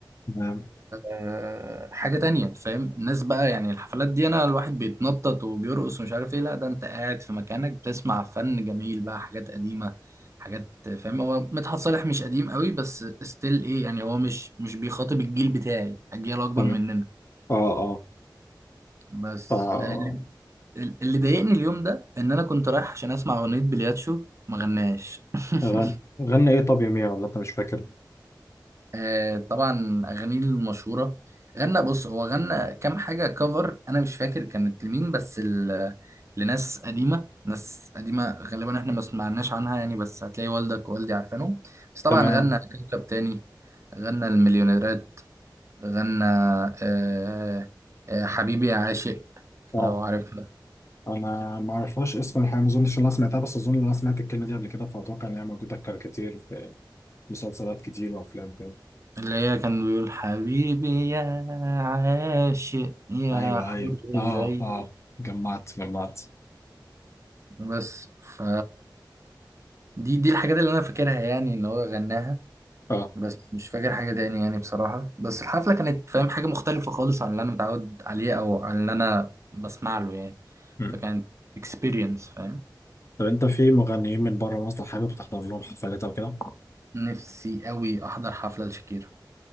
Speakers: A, on the left; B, on the right.
A: تمام
B: آه، حاجة تانية فاهم الناس بقى يعني الحفلات دي انا الواحد بيتنطط وبيرقص ومش عارف ايه لا ده انت قاعد في مكانك بتسمع فن جميل بقى حاجات قديمة حاجات فاهم هو مدحت صالح مش قديم قوي بس ستيل ايه يعني هو مش مش بيخاطب الجيل بتاعي اجيال اكبر
A: تمام
B: مننا
A: أه أه
B: بس
A: ف
B: آه، اللي اللي ضايقني اليوم ده ان انا كنت رايح عشان اسمع اغنية بلياتشو ما غناش <laughs>
A: غن... غنى إيه طب يا ميا ولا أنت مش فاكر
B: آه طبعا اغانيه المشهوره غنى بص هو غنى كام حاجه كفر انا مش فاكر كانت لمين بس ال- لناس قديمه ناس قديمه غالبا احنا ما سمعناش عنها يعني بس هتلاقي والدك ووالدي عارفينهم بس طبعا
A: تمام
B: غنى كوكب تاني غنى المليونيرات غنى آه آه حبيبي يا عاشق
A: أه
B: لو عارفها
A: أنا ما أعرفهاش اسم الحقيقة ما أظنش إن أنا سمعتها بس أظن إن أنا سمعت الكلمة دي قبل كده فأتوقع إن هي موجودة كتير في مسلسلات كتير وأفلام كده
B: اللي هي كان بيقول حبيبي يا عاشق يا
A: ايوه
B: حر
A: ايوه اه
B: زي
A: اه جمعت جمعت
B: بس ف دي دي الحاجات اللي انا فاكرها يعني ان هو غناها
A: اه
B: بس مش فاكر حاجه تاني يعني بصراحه بس الحفله كانت فاهم حاجه مختلفه خالص عن اللي انا متعود عليه او عن اللي انا بسمع له يعني
A: مم.
B: فكانت اكسبيرينس فاهم
A: طب انت في مغنيين من بره مصر حابب تحضر لهم حفلات او كده
B: نفسي قوي احضر حفله لشاكيرا